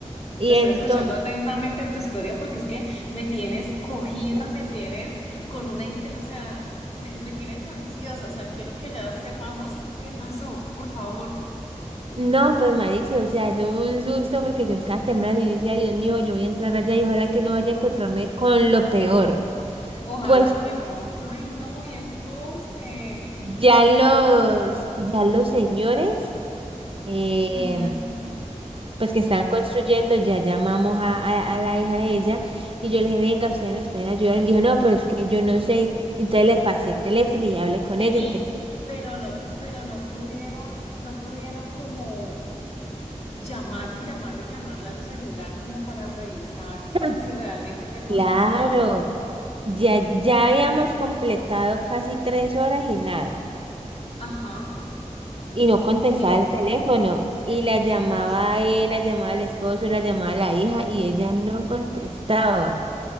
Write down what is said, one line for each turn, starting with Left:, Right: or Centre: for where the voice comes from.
Right: Y
Left: Te estoy
Right: entonces,
Left: escuchando atentamente tu historia porque es que me tienes cogida, me tienes con una, inte- o sea, me, me tienes ansiosa, o sea, quiero que ya sepamos qué pasó, por favor.
Right: no, pues marica, o sea, eso fue un susto porque yo estaba temblando y yo decía, Dios mío, yo voy a entrar allá y ojalá que no vaya a encontrarme con lo peor.
Left: Ojalá
Right: Pues
Left: que no. Ay, no, y entonces.
Right: Ya los, ya los señores, eh,
Left: Ujú.
Right: pues que están construyendo, ya llamamos a, a- a la hija de ella y yo le dije, venga, ustedes nos pueden ayudar. Él dijo, no, pero es que yo no sé. Entonces le pasé el teléfono y hablé con
Left: Vení,
Right: ella. Entonces,
Left: pero no, pero no pudieron, no pudieron como llamarle, y llamarle, y llamarle al celular como para revisar
Right: <clears throat>
Left: si realmente ella
Right: claro,
Left: contestaba.
Right: ya, ya habíamos completado casi tres horas y nada.
Left: Ajá.
Right: Y no contestaba
Left: Dios
Right: el teléfono.
Left: mío, qué
Right: Y
Left: angustia.
Right: la llamaba él, la llamaba el esposo, la llamaba la hija y ella no contestaba.